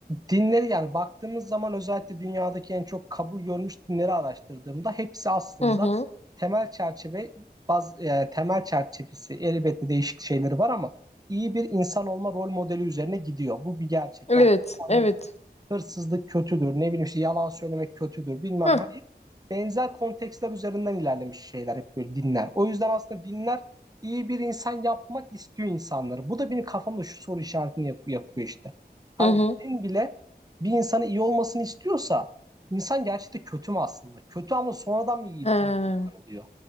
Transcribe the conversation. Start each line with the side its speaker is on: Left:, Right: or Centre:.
Right: dinleri yani baktığımız zaman özellikle dünyadaki en çok kabul görmüş dinleri araştırdığımda hepsi aslında
Left: Hı hı.
Right: temel çerçeve baz, yani temel çerçevesi elbette değişik şeyleri var ama iyi bir insan olma rol modeli üzerine gidiyor. Bu bir gerçek.
Left: Evet,
Right: Yani insanlar
Left: evet.
Right: işte hırsızlık kötüdür, ne bileyim işte yalan söylemek kötüdür bilmem
Left: Hı
Right: ne. Hani benzer kontekstler üzerinden ilerlemiş şeyler hep böyle dinler. O yüzden aslında dinler iyi bir insan yapmak istiyor insanları. Bu da benim kafamda şu soru işaretini yap- yapıyor işte. Hani
Left: hı. hı.
Right: din bile bir insanın iyi olmasını istiyorsa insan gerçekten kötü mü aslında? Kötü ama sonradan mı iyi,
Left: Ee,
Right: iyi bir insan oluyor?